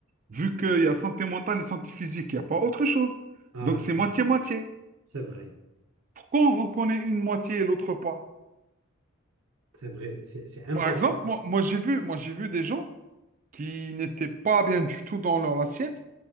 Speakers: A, on the right; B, on the right.
A: vu qu'il y a santé mentale et santé physique, il n'y a pas autre chose.
B: Ah
A: Donc
B: oui,
A: c'est moitié-moitié.
B: c'est vrai.
A: Pourquoi on reconnaît une moitié et l'autre pas?
B: C'est vrai, c'est c'est important.
A: Par exemple, moi, moi j'ai vu, moi j'ai vu des gens qui n'étaient pas bien du tout dans leur assiette